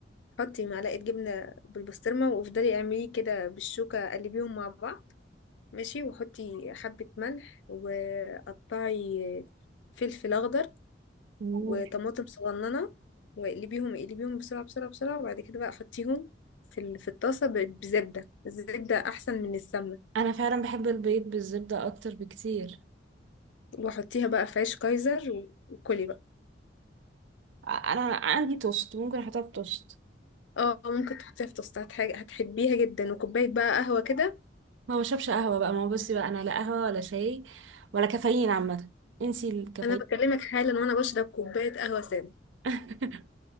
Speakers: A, on the left; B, on the right.
A: حطي معلقة جبنة بالبسطرمة وافضلي اعمليه كده بالشوكة قلبيهم مع بعض ماشي وحطي حبة ملح وقطعي فلفل أخضر
B: مم.
A: وطماطم صغننة واقلبيهم اقلبيهم بسرعة بسرعة بسرعة وبعد كده بقى حطيهم في ال- في الطاسة ب- بزبدة الزبدة أحسن من السمنة
B: انا فعلا بحب البيض بالزبده اكتر بكتير
A: وحطيها بقى في عيش كايزر و- وكلي بقى
B: ع- انا عندي توست ممكن احطها في توست
A: اه ممكن تحطيها في توستات حاجة هتحبيها جدا وكوباية بقى قهوة كده
B: ما بشربش قهوه بقى ما هو بصي بقى انا لا قهوه ولا شاي ولا كافيين عامه انسي الكافيين
A: أنا بكلمك حالا وأنا بشرب كوباية قهوة سادة
B: <laughs>